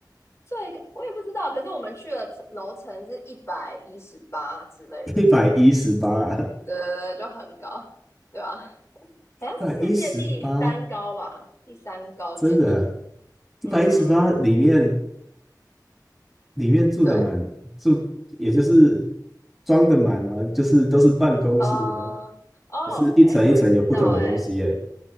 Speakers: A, on the left (about 40°); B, in the centre.
A: 最，我也不知道，可是我们去了楼层是一百一十八之类的，
B: 一百一十八啊，
A: 对对对，就很高，对吧？<laughs>
B: 一百一十八，
A: 好像是世界第三高吧，第三高建筑。
B: 真的，一百一十八里面
A: 嗯嗯嗯嗯，
B: 里面住的满住，
A: 对，
B: 也就是装的满吗？就是都是办公室吗？
A: 啊，哦，
B: 还是一层一层有不同的东西耶？
A: 哎，我也不知道，哎，